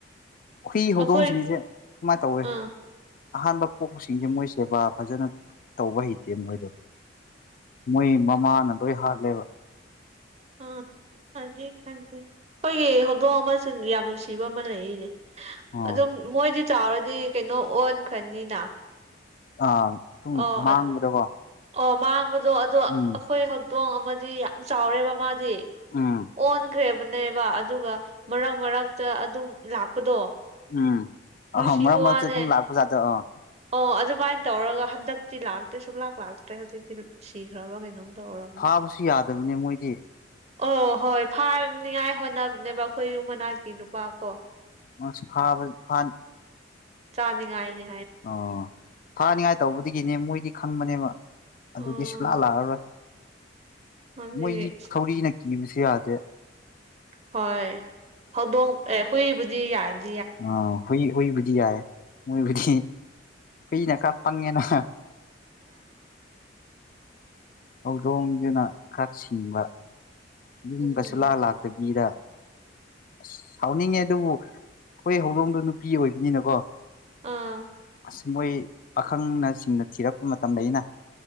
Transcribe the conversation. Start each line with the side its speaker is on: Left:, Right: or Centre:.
Left: ꯍꯈꯔꯤ
Right: ꯑꯩꯈꯣꯏ
Left: ꯍꯧꯗꯣꯡꯁꯤꯡꯁꯦ ꯀꯃꯥꯏꯅ ꯇꯧꯏꯤ
Right: ꯑꯥ
Left: ꯑꯍꯥꯟꯕ ꯄꯣꯛꯁꯤꯡꯁꯦ ꯃꯣꯏ ꯁꯦꯕꯥ ꯐꯖꯅ ꯇꯧꯕ ꯍꯩꯇꯦ ꯃꯣꯏꯗꯣ ꯃꯣꯏ ꯃꯃꯥꯅ ꯂꯣꯏ ꯍꯥꯜꯂꯦꯕ
Right: ꯑꯥ ꯑꯗꯨꯗꯤ ꯈꯪꯗꯦ ꯑꯩꯈꯣꯏꯒꯤ ꯍꯧꯗꯣꯛꯑ ꯑꯃꯁꯨ ꯌꯥꯝ ꯅꯨꯡꯁꯤꯕ ꯑꯃ ꯂꯩꯔꯤꯅꯦ
Left: ꯑꯥ
Right: ꯑꯗꯨꯝ ꯃꯣꯏꯗꯤ ꯆꯥꯎꯔꯗꯤ ꯀꯩꯅꯣ ꯑꯣꯟꯈ꯭ꯔꯅꯤꯅ
Left: ꯑ ꯁꯨꯝ
Right: ꯑꯣ
Left: ꯃꯥꯡꯕꯗꯀꯣ
Right: ꯑꯣ ꯃꯥꯡꯕꯗꯣ ꯑꯗꯣ
Left: ꯎꯝ
Right: ꯑꯩꯈꯣꯏ ꯍꯧꯗꯣꯡ ꯑꯃꯗꯤ ꯌꯥꯝ ꯆꯥꯎꯔꯦꯕ ꯃꯥꯗꯤ
Left: ꯎꯝ
Right: ꯑꯣꯟꯈ꯭ꯔꯦꯕꯅꯦꯕ ꯑꯗꯨꯒ ꯃꯔꯛ ꯃꯔꯛꯇ ꯑꯗꯨꯝ ꯂꯥꯛꯄꯗꯣ
Left: ꯎꯝ ꯑꯥ
Right: ꯨꯁꯤꯤꯕꯅꯦꯦ
Left: ꯃꯔꯛ ꯃꯔꯛꯇ ꯑꯗꯨꯝ ꯂꯥꯛꯄ ꯖꯥꯠꯇꯣ ꯑꯥ
Right: ꯑꯣ ꯑ ꯁꯨꯃꯥꯏꯅ ꯇꯧꯔꯒ ꯍꯟꯗꯛꯇꯤ ꯂꯥꯛꯇ꯭ꯔꯦ ꯁꯨꯡꯂꯥꯛ ꯂꯥꯛꯇ꯭ꯔꯦ ꯍꯧꯖꯤꯛꯇꯤ ꯁꯤꯈ꯭ꯔꯕ ꯀꯩꯅꯣꯝ ꯇꯧꯔꯕꯅꯤ
Left: ꯐꯥꯕꯁꯨ ꯌꯥꯗꯕꯅꯤ ꯃꯣꯏꯗꯤ
Right: ꯑꯣ ꯍꯣꯏ ꯐꯥꯅꯤꯉꯥꯏ ꯍꯣꯠꯅꯕꯅꯦꯕ ꯑꯩꯈꯣꯏ ꯌꯨꯨꯝ ꯃꯅꯥꯛꯀꯤ ꯅꯨꯄꯥ ꯀꯣ
Left: ꯑꯃꯁꯨꯡ ꯈꯥꯕ ꯈ
Right: ꯆꯥꯗꯒꯥꯏꯅꯦ
Left: ꯑꯣ ꯊꯥꯅꯤꯉꯥꯏ ꯇꯧꯕꯗꯒꯤꯅꯦ ꯃꯣꯏꯗꯤ ꯈꯪꯕꯅꯦꯕ ꯑꯗꯨꯗꯤ
Right: ꯎꯝ
Left: ꯁꯂꯥꯛꯑ ꯂꯥꯛꯑꯔꯣꯏ
Right: ꯑꯗꯨꯗꯤ
Left: ꯃꯣꯏꯗꯤ ꯊꯧꯔꯤꯅ ꯀꯤꯕꯁꯨ ꯌꯥꯗꯦ
Right: ꯍꯣꯏ ꯍꯧꯗꯣꯡ ꯑꯦ ꯍꯨꯏꯕꯨꯗꯤ ꯌꯥꯗ
Left: ꯑ ꯍꯨꯏ ꯍꯨꯏꯕꯨꯗꯤ ꯌꯥꯏ ꯍꯨꯏꯕꯨꯗꯤ ꯀꯅ ꯀꯥ ꯄꯪꯉꯦꯅ ꯍꯧꯗꯣꯡꯗꯨꯅ ꯈꯔ ꯁꯤꯡꯕ ꯌꯨꯝ
Right: ꯎꯝ
Left: ꯀꯁꯨꯂꯥ ꯂꯥꯛꯇꯕꯤꯗ ꯑꯁ ꯁꯥꯎꯅꯤꯡꯉꯦ ꯑꯗꯨꯕꯨ ꯑꯩꯈꯣꯏ ꯍꯧꯗꯣꯡꯗꯣ ꯅꯨꯄꯤ ꯑꯣꯏꯕꯅꯤꯅꯀꯣ
Right: ꯑꯥ
Left: ꯑꯁ ꯃꯣꯏ ꯄꯥꯈꯪꯅ ꯆꯤꯡꯅ ꯊꯤꯔꯛꯄ ꯃꯇꯝꯗ ꯑꯩꯅ